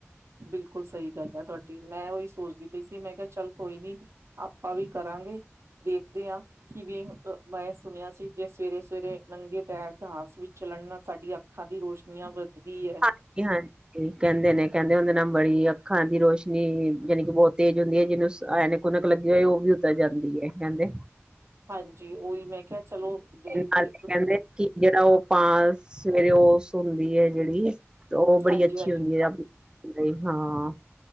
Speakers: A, on the right (about 65°); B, on the right (about 20°).
A: ਬਿਲਕੁਲ ਸਹੀ ਗੱਲ ਹੈ ਤੁਹਾਡੀ ਮੈਂ ਉਹੀ ਸੋਚਦੀ ਪਈ ਸੀ ਮੈਂ ਕਿਹਾ ਚੱਲ ਕੋਈ ਨੀ ਆਪਾਂ ਵੀ ਕਰਾਂਗੇ ਦੇਖ ਆ ਕਿਵੇਂ ਮੈਂ ਸੁਣਿਆ ਸੀ ਜੇ ਸਵੇਰੇ ਸਵੇਰੇ ਨੰਗੇ ਪੈਰ ਘਸ ਵਿੱਚ ਚਲਣ ਨਾਲ ਸਾਡੀੀਆਂ ਅੱਖਾਂ ਦੀ ਰੋਸ਼ਨੀਆਂ ਵੱਧਦੀ ਹੈ
B: ਹਾਂਜੀ ਹਾਂਜੀ ਕਹਿੰਦੇ ਨੇ ਕਹਿੰਦੇ ਉਹਦੇ ਨ ਬੜੀ ਅੱਖਾਂ ਦੀ ਰੋਸ਼ਨੀ ਜਾਣੀ ਕਿ ਬਹੁਤ ਤੇਜ਼ ਹੁੰਦੀ ਹੈ ਜਿਹਨੂੰ ਐਨਕ ਨਕ ਲੱਗੀ ਹੋਏ ਉਹ ਵੀ ਉਤਰ ਜਾਂਦੀ ਹੈ ਕਹਿੰਦੇ
A: ਹਾਂਜੀ ਉਹੀ ਮੈਂ ਕਿਹਾ ਚਲੋ ਵੇਖਦੇ।
B: ਨਾਲ ਕਹਿੰਦੇ ਕਿ ਜਿਹੜਾ ਉਹ ਪਾ ਸਵੇਰੇ ਉਸ ਹੁੰਦੀ ਹੈ ਜਿਹੜੀ ਉਹ ਬੜੀ
A: ਹਾਂਜੀ
B: ਅੱਛੀ
A: ਹਾਂਜੀ
B: ਹੁੰਦੀ ਹੈ ਆਪਣੀ ਨਹੀਂਈ ਹਾਂ